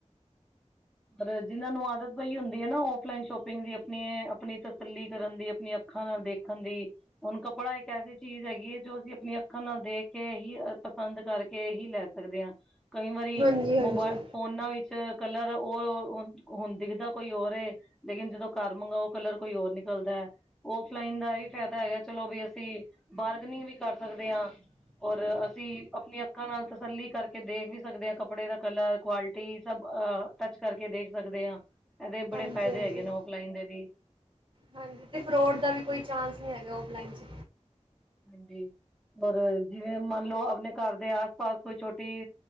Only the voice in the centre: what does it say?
ਪਰ ਜਿਨਾਂ ਨੂੰ ਆਦਤ ਪਈ ਹੁੰਦੀ ਏ ਨਾ ਔਫਲਾਈਨ ਸ਼ੋਪਿੰਗ ਦੀ ਆਪਣੀ-ਆਪਣੀ ਤਸੱਲੀ ਕਰਨ ਦੀ ਆਪਣੀ ਅੱਖਾਂ ਨਾਲ ਦੇਖਣ ਦੀ ਹੁਣ ਕੱਪੜਾ ਇੱਕ ਐਸੀ ਚੀਜ਼ ਹੈਗੀ ਏ ਜੋ ਅਸੀਂ ਆਪਣੀਆਂ ਅੱਖਾਂ ਨਾਲ ਦੇਖ ਕੇ ਹੀ ਪਸੰਦ ਕਰਕੇ ਹੀ ਲੈ ਸਕਦੇ ਆ ਕਈ ਵਾਰੀ
ਮੋਬਾਇ ਫੋਨਾਂ ਵਿੱਚ ਕਲ ਰ ਔਰ ਓ ਹੁਣ, ਹੁਣ ਦਿਖਦਾ ਕੋਈ ਹੋਰ ਏ ਲੇਕਿਨ ਜਦੋਂ ਘਰ ਮੰਗਾਓ ਕਲਰ ਕੋਈ ਹੋਰ ਨਿਕਲਦਾ ਐ। ਔਫਲਾਇਨ ਦਾ ਏ ਫਾਇਦਾ ਹੈਗਾ ਚਲੋ ਵੀ ਅਸੀਂ ਬਾਰਗਨਿੰਗ ਵੀ ਸਕਦੇ ਆ। ਔਰ ਅਸੀਂ ਆਪਣੀਆ ਅੱਖਾਂ ਨਾਲ ਤਸੱਲੀ ਕਰਕੇ ਦੇਖ ਵੀ ਸਕਦੇ ਆ ਕੱਪੜੇ ਦਾ ਕਲਰ ਕੁਆਲਿਟੀ ਸਭ ਟੱਚ ਕਰਕੇ ਦੇਖ ਸਕਦੇ ਆ, ਏਦੇ
ਬੜੇ ਫਾਇਦੇ
ਹੈਗੇ ਨੇ ਔਫਲਾਈਨ ਦੇ ਵੀ।
ਹਾਂਜੀ। ਔਰ ਜਿਵੇਂ ਮੰਨ ਲੋ ਆਪਣੇ ਘਰ ਦੇ ਆਸ ਪਾਸ ਕੋਈ ਛੋਟੀ,